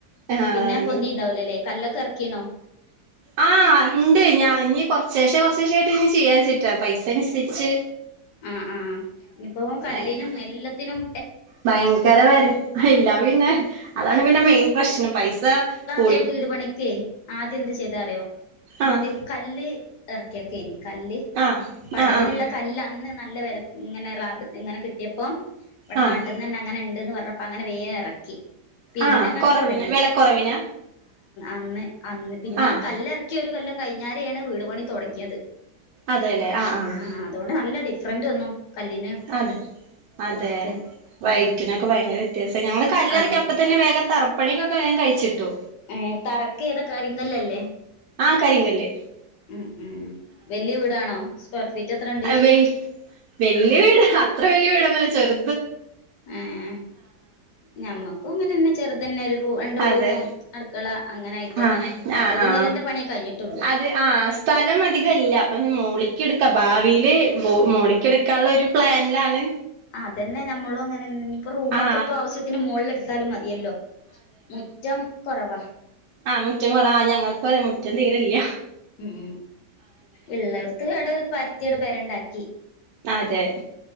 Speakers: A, on the right; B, on the left.
A: ആഹ്
B: പിന്നെ പൊന്തിണ്ടാവലല്ലേ കല്ലൊക്കെ ഇറക്കീണോ
A: ആ ഉണ്ട് ഞാ കൊറച്ചേശെ കൊറച്ചേശെ ആയിട്ട് ഇനി ചെയ്യാരിചിട്ടാ പൈസനുസരിച്ച്
B: ആ ആഹ് ഇനിപ്പോ കല്ലിനും
A: അങ്ങനെ
B: എല്ലത്തിനും
A: ഭയങ്കര വെല ഇല്ല പിന്നെ അതാണ് പിന്നെ മെയിൻ പ്രശ്നം പൈസ കൂ
B: ന്റെ വീട് പണിക്കെയ് ആദ്യം എന്ത് ചെയ്തറിയോ
A: ആഹ്
B: ആദ്യം കല്ല് എറക്കിയേക്കയ്നിം കല്ല്
A: ആഹ്
B: പടവിനുള്ള
A: ആഹ് ആഹ്
B: കല്ല നല്ല വെല ഇങ്ങനെ റാത് ഇങ്ങനെ കിട്ടിയപ്പം ഇവിടെ
A: ആഹ്
B: നാട്ട്ന്നെന്നെ അങ്ങനെണ്ട്ന്ന് പറഞ്ഞപ്പം അങ്ങനെ വേം ഏറക്കി പിന്നങ്ങട്
A: ആഹ് കൊറവിന്
B: തൊടങ്ങി
A: വെലക്കൊറവിനാ
B: അന്ന് അന്ന് പിന്നെ
A: ആഹ്
B: ആ കല്ലറക്കി ഒരു കൊല്ലം കഴിഞ്ഞാരെയാണ് വീട് പണി തൊടങ്ങിയത്
A: അതെല്ലെ ആഹ് ആഹ്
B: ആ അതുകൊണ്ട് നല്ല ഡിഫറന്റ് വന്നു കല്ലിന്
A: അതെ അതെ
B: പൈസക്ക്
A: വൈറ്റിനൊക്കെ
B: ഉം
A: ഭയങ്കര വ്യത്യാസം ഞങ്ങള് കല്ലറക്കി
B: അ
A: അപ്പ തന്നെ വേഗം തറ പണിയൊക്കൊക്കെഞാൻ കഴിച്ചിട്ടു.
B: ഏഹ് തറക്ക് ഏതാ കരിങ്കല്ലല്ലേ?
A: ആഹ് കരിങ്കല്ല്.
B: ഉം ഉം വല്യ വീടാണോ സ്ക്വയർ ഫീറ്റ് എത്രണ്ട്
A: വെൽ വല്യ വീട് അത്ര വല്യ വീടൊന്നല്ല ചെറ
B: ഏഹ് ഞമ്മക്കും ഇങ്ങനെന്നെ ചെറുതന്നെ റൂ രണ്ട് റൂമും
A: അതെ
B: അടുക്കള അങ്ങനെ ആയിട്ട്
A: ആ ആ
B: ഒരു
A: ആ
B: നിലന്റെ പണിയേ കഴിഞ്ഞിട്ടുള്ളൂ.
A: അത് ആ സ്ഥലം അധികം ഇല്ല അപ്പൊ മോളി ക്കെടുക്ക ഭാവിയിൽ മോളിക്ക് എടുക്കാനുള്ള ഒരു പ്ലാനിലാണ്
B: ആഹ് അതന്നെ നമ്മളും അങ്ങനെന്നെ ഇനിയിപ്പോ റൂമൊക്കെ
A: ആ
B: ഇപ്പോ ആവശ്യത്തിന് മോളിൽ എടുത്താലും മതിയല്ലോ. മുറ്റം കുറവാ.
A: ആഹ് മുറ്റം കുറ ആ ഞങ്ങൾക്കും അതെ മുറ്റം തീരെ ഇല്ല.
B: ഉം ഉള്ളിടത്ത് ഇവ്ടെ ഒരു പരത്തി ഒരു പെര ഇണ്ടാക്കി.
A: അതെ